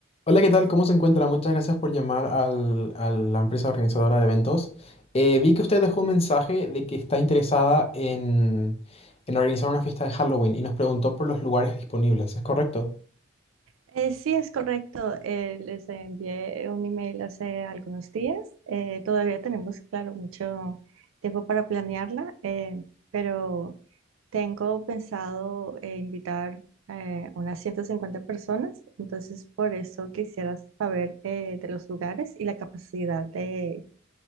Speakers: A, on the left (about 30°); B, on the right (about 80°).
A: Hola, ¿qué tal? ¿Cómo se encuentra? Muchas gracias por llamar al- a la empresa organizadora de eventos. Eh, vi que usted dejó un mensaje de que está interesada en, en organizar una fiesta de Halloween y nos preguntó por los lugares disponibles, ¿es correcto?
B: Eh, sí, es correcto. Eh, les envié un email hace algunos días. Eh, todavía tenemos, claro, mucho tiempo para planearla, eh, pero tengo pensado eh, invitar eh, unas 150 personas. Entonces, por eso quisiera saber eh, de los lugares y la capacidad de,